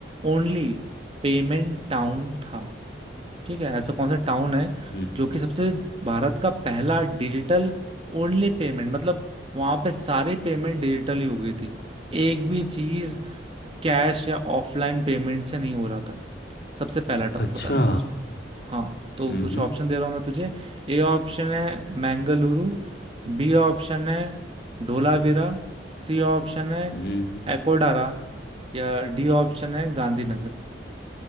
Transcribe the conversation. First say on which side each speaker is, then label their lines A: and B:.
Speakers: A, on the right; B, on the left.
A: ओनली पेमेंट टाउन था ठीक है ऐसा कौन सा टाउन है
B: हम्म,
A: जो कि सबसे भारत का पहला डिजिटल ओनली पेमेंट मतलब वहां पे सारी पेमेंट डिजिटल ही हो गई थी एक भी चीज कैश या ऑफलाइन पेमेंट से नहीं हो रहा था सबसे पहला टाउन
B: अच्छा
A: बताना है तुझे हाँ तो
B: हम्म
A: कुछ ऑप्शन दे रहा हूँ मैं तुझे ए ऑप्शन है मैंगलुरु बी ऑप्शन है धोलावीरा सी ऑप्शन है
B: हम्म
A: एकोडारा या डी ऑप्शन है गांधीनगर